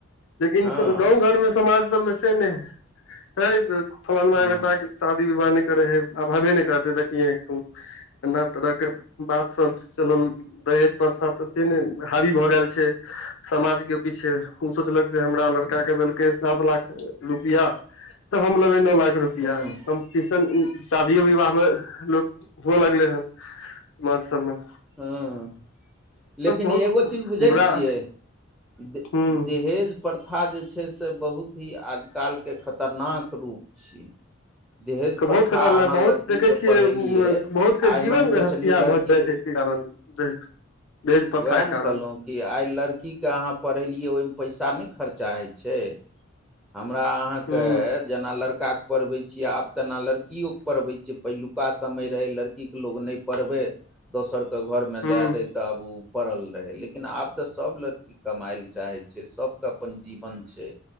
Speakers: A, on the left; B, in the centre.
A: लेकिन
B: हँ
A: गाँंव घर मे समाज सबमे से नहि है फा
B: हँ
A: बढ़ शादी विबाह करे है अभावे नहि करते देखिये एना तरह के बात सब चलल दहेज प्रथा तते ने हावी भऽ गेल छै समाज के पीछे ओ सोचलक से हमरा लड़का के देलकै सात लाख रुपआ तऽ हम लेबै नओ लाख रुपआ
B: हँ
A: कम्पटिशन शादियो विवाह मे लोक ओहो लगले ह सम सममे
B: हँ लेकिन
A: बहुत
B: एगो चीज बुझै
A: बुरा
B: छियै द
A: हूँ
B: दहेज प्रथा जे छै से बहुत ही आजकलके खतरनाक रूप छियै दहेज
A: बहुत
B: प्रथा
A: खतरनाक
B: अहाँ
A: बहुत
B: लड़कीकेँ
A: देखै छियै
B: पढ़ेलियै
A: बहुतके
B: आइ
A: जीवन
B: मानि कऽ
A: हत्या
B: चलियौ लड़कीके
A: भऽ <unintelligible> प्रथाके
B: उएह ने
A: कारण
B: कहलहुँ कि आइ लड़कीकेँ अहाँ पढ़ेलियै ओहिमे पैसा नहि खर्चा होइ छै हमरा अहाँके
A: हूँ
B: जेना लड़का पढ़बै छियै आब तेना लड़किोकेँ पढ़बै छियै पहिलुका समय रहै लड़कीके लोक नहि पढ़बै दोसरकेँ घरमे
A: हूँ
B: दए दै तऽ आब ओ पड़ल रहै लेकिन आब तऽ सभ लड़की कमाय लए चाहै छै सबके अपन जीवन छै